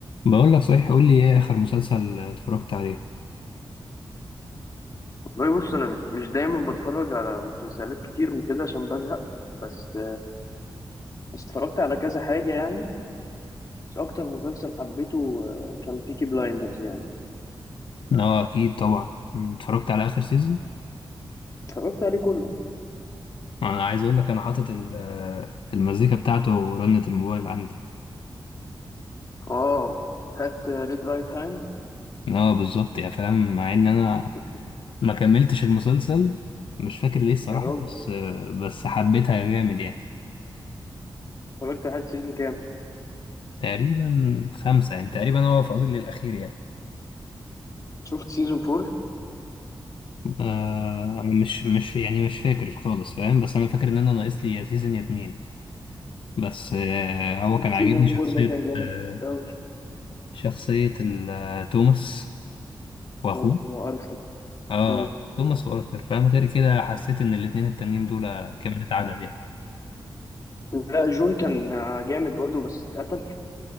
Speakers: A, on the left; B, on the left.
A: بقول لك صحيح قول لي ايه اخر مسلسل اتفرجت عليه
B: والله بص انا مش دايما بتفرج على مسلسلات كتير وكده عشان بزهق بس بس اتفرجت على كذا حاجه يعني بس اكتر مسلسل حبيته آه، كان بيكي بلايندرز يعني
A: اه اكيد طبعا مم، اتفرجت على اخر سيزون
B: اتفرجت عليه كله
A: انا عايز اقول لك انا حاطط ال- آه، المزيكا بتاعته ورنة الموبايل عندي
B: اه بتاعت ريد رايت هاند
A: اه بالظبط يا فاهم مع ان انا
B: <laughs>
A: ما كملتش المسلسل مش فاكر ليه الصراحة
B: يا راجل
A: بس آه، بس حبيتها جامد يعني
B: اتفرجت لحد سيزون كام
A: تقريبا خمسة يعني تقريبا هو فاضل لي الأخير يعني
B: شفت سيزون فور
A: آه أنا مش مش يعني مش فاكر خالص فاهم بس أنا فاكر إن أنا ناقص لي يا سيزون يا اتنين بس آه هو كان عاجبني
B: سيزون فور
A: شخصية
B: ده كان جامد
A: آه،
B: قوي
A: شخصية ال- توماس وأخوه
B: طبعا هو ارسنال
A: اه
B: مم.
A: توماس وارثر فاهم غير كده حسيت إن الاتنين التانيين دول كمالة عدد يعني
B: لا جون كان آه، جامد برضه بس اتقتل